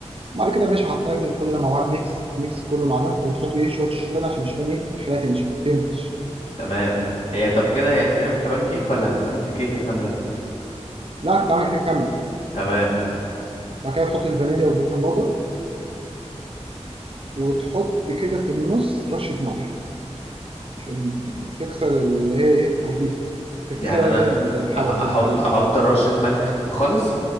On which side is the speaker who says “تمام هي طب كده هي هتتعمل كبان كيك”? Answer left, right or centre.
Left